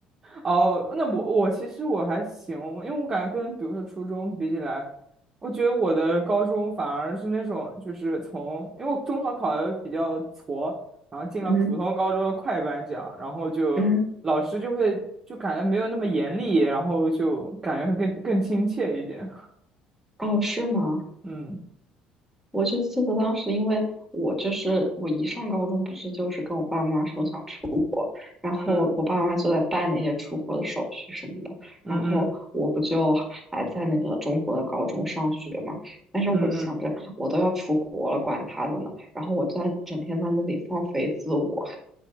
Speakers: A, on the right (about 20°); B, in the centre.
A: 哦，那我我其实我还行，因为我感觉跟比如说初中比起来，我觉得我的高中反而是那种就是从，因为我中考考的比较挫，然后进了普通高中的快班这样，
B: 嗯
A: 然后就老师就会就感觉没有那么严厉，
B: 嗯，
A: 然后就感觉会更更亲切一点。
B: 哦，是吗？
A: 嗯
B: 我就记得当时，因为我就是我一上高中，不是就是跟我爸妈说想出国，然后我爸妈就在办那些出国的手续什么的，
A: 嗯嗯嗯
B: 然后我不就还还在那个中国的高中上学嘛，但是我想着我都要出国了，
A: 嗯嗯。
B: 管他的呢，然后我在整天在那里放飞自我，